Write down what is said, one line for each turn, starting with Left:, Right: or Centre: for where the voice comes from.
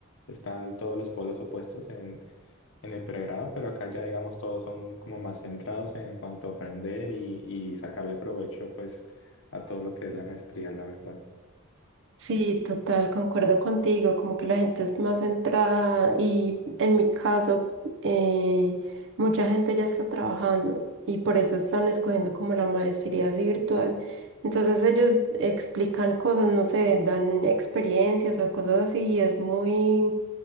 Left: están todos los polos opuestos en, en el pregrado, pero acá ya, digamos, todos son como más centrados en cuanto a aprender y, y sacarle provecho, pues, a todo lo que es la maestría, la verdad.
Right: Sí, total, concuerdo contigo, como que la gente es más centrada y en mi caso eh, mucha gente ya está trabajando y por eso están escogiendo como la maestría así virtual. Entonces ellos explican cosas, no sé, dan experiencias o cosas así y es muy